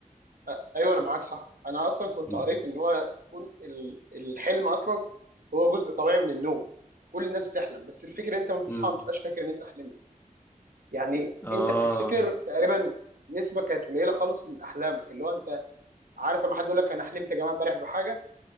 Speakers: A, on the right (about 75°); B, on the left (about 15°).
A: أ- ايوه انا معاك صح انا اصلا كنت
B: مم.
A: قريت ان هو كل ال- الحلم اصلا هو جزء طبيعي من النوم كل الناس بتحلم بس الفكره انت لما بتصحى
B: مم.
A: ما بتبقاش فاكر ان انت حلمت يعني
B: اه
A: انت بتفتكر تقريبا نسبه كانت قليله خالص من احلامك اللي هو انت عارف لما حد يقول لك انا حلمت يا جماعه امبارح بحاجه